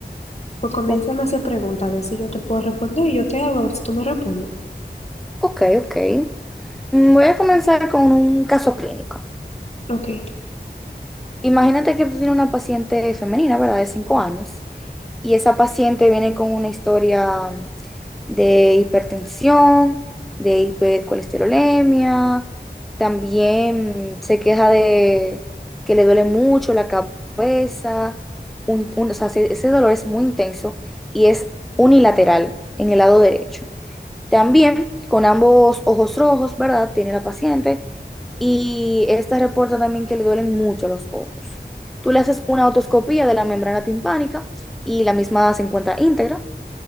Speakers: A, on the left (about 40°); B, in the centre.
A: Pues comiénzame
B: O-
A: a hacer preguntas, a ver si yo te puedo responder y yo te hago, a ver si tú me respondes.
B: Ok, ok. Mm, Voy a comenzar con un caso clínico.
A: Ok.
B: Imagínate que tú tienes una paciente femenina, ¿verdad? De 5 años. Y esa paciente viene con una historia de hipertensión, de hipercolesterolemia. También se queja de que le duele mucho la cabeza. un- un- o sea, ese ese dolor es muy intenso y es unilateral en el lado derecho. También con ambos ojos rojos, ¿verdad? Tiene la paciente y esta reporta también que le duelen mucho los ojos. Tú le haces una otoscopía de la membrana timpánica y la misma se encuentra íntegra.